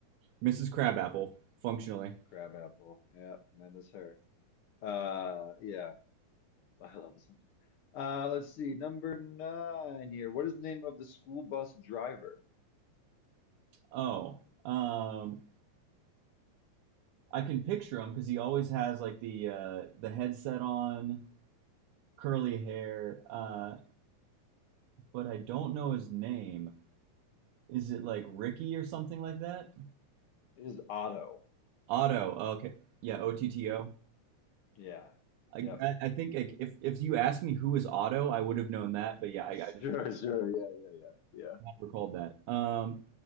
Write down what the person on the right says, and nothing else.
Mrs. Crabapple, functionally.
Oh, um, I can picture him because he always has like the uh, the headset on, curly hair. Uh, but I don't know his name. Is it like Ricky or something like that?
Otto. Okay. Yeah, O-T-T-O.
I,
I
I think like, if if you asked me who is Otto, I would have known that. But yeah, I, I
just
recalled that. Um,